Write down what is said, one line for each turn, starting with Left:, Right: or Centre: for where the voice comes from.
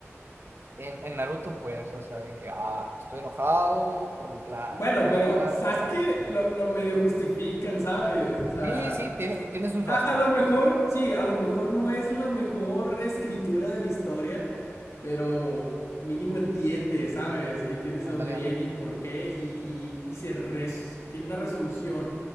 Right: En, en Naruto, pues, o sea, de que, ah, estoy enojado por mi clan,
Left: Bueno,
Right: quiero
Left: pero
Right: matar,
Left: Sasuke
Right: hermano.
Left: lo, lo medio justifican, ¿sabes? O sea,
Right: Sí, sí, tiene, tiene sus
Left: A,
Right: razones.
Left: a lo mejor,
Right: pues.
Left: sí, a lo mejor no es la mejor escritura de la historia, pero mínimo entiende, ¿sabes? Y entiendes
Right: Ándale,
Left: de dónde viene
Right: ándale.
Left: y por qué, y, y- y se res- tiene una resolución.